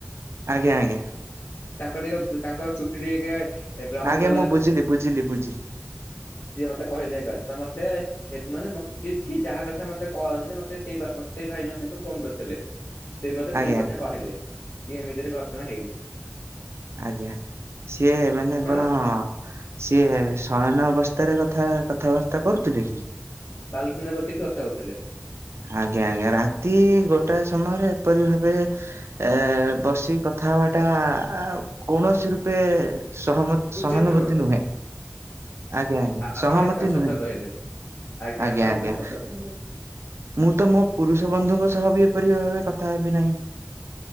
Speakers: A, on the right; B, on the left.
A: ଆଜ୍ଞା ଆଜ୍ଞା।
B: ତାଙ୍କ ଟିକେ ତାଙ୍କ ଚୁଟି ଟିକେ ଏ ବ୍ରାଉନ
A: ଆଜ୍ଞା
B: କଲର,
A: ମୁଁ ବୁଝିଲି ବୁଝିଲି ବୁଝିଲି।
B: ସିଏ ମତେ କହିଲେ ଏ କଥା ତମର ମାନେ କିଛି ଯାହା କଥା ମତେ କାଉ ମତେ ସେ ସେଇ ଭାଇ ଜଣଙ୍କ ଫୋନ କରିଥିଲେ। ସେ ମତେ ସେମ
A: ଆଜ୍ଞା
B: କଥା କହିଲେ, କି ଏମିତିରେ ଘଟଣା ହେଇଛି।
A: ଆଜ୍ଞା ସିଏ ମାନେ
B: ଆପଣ
A: କଣ ସିଏ ସ ପ୍ରଣୟନ ଅବସ୍ଥାରେ କଥା କଥାବାର୍ତ୍ତା କରୁଥିଲେ କି?
B: ବାଲକୁନେ ବସେଇକି କଥା ହଉଥିଲେ।
A: ଆଜ୍ଞା ଆଜ୍ଞା ରାତି ଗୋଟାଏ ସମୟରେ ଏପରି ଭାବେ ଏ ବସିକି କ କଥା ହବାଟା କୌଣସି ରୂପେ ସହମ
B: ଉଚିତ
A: ସହାନୁଭୂତି
B: ନୁହଁ
A: ନୁହେଁ। ଆଜ୍ଞା ଆଜ୍ଞା!
B: ଆପଣ
A: ସହମତି
B: ଏକଦମ ସତ
A: ନୁହେଁ,
B: କହିଲେ।
A: ଆଜ୍ଞା
B: ଆପଣ ଏକଦମ
A: ଆଜ୍ଞା।
B: ସତ କହିଲେ
A: ମୁଁ ତ ମୋ ପୁରୁଷ ବନ୍ଧୁଙ୍କ ସହ ବି ଏପରି ଭାବେ କଥା ହେବି ନାହିଁ।